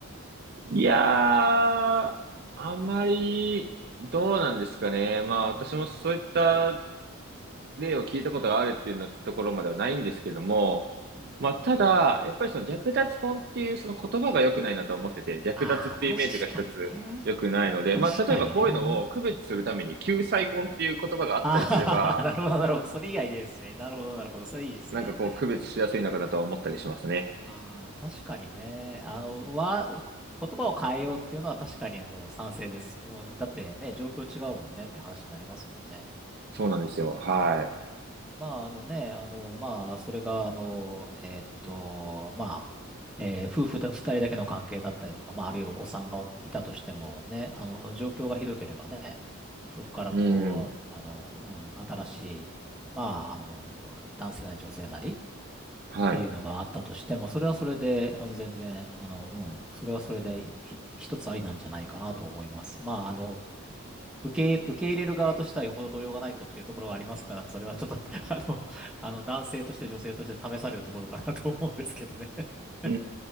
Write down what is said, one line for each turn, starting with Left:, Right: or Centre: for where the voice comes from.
Right: いやー、あまり、どうなんですかね。
Centre: ねえ、
Right: まあ私もそういった
Centre: うん。
Right: 例を聞いたことがあるっていうのところまではないんですけども、
Centre: うんうんうんうん。
Right: まあ、ただ、やっぱりその略奪婚っていうその言葉が良くないなと思ってて、略奪っていうイメージが一つ良くないので、
Centre: ああ、確かにね。確かにね。
Right: まあ、例えばこういうのを区別するために救済婚っていう言葉があったりすれば、
Centre: ああ、<laughs> なるほど、なるほど。それ以外でですね。なるほど、なるほど。それいいですね。
Right: なんかこう区別しやすいのかなとは思ったりしますね。
Centre: ああ、確かにね。あの、わ、言葉を変えようっていうのは確かに、あの、賛成です。もうだってね、状況違うもんねって話になりますもんね。
Right: そうなんですよ。は
Centre: まあ、あのね、あの、まあ、それが、あの、えーっと、まあ、えー夫婦だ、二人だけの関係だったりとか、まあ、あるいはお子さんがいたとしてもね、あの、状況がひどければね、そこからこう、
Right: い。うん。
Centre: あの、うん、新しい、まあ、あの、男性なり女性なり、
Right: はい。
Centre: っていうのがあったとしても、それはそれで、あの、全然、あの、うん、それはそれで、ひ一つありなんじゃないかなと思います。まあ、あの、受け入れ、受け入れる側としてはよほど度量がないとっていうところがありますから、それはちょっと <laughs> あの、あの、男性として女性として試されるところかなと思うんですけどね。<laughs>
Right: う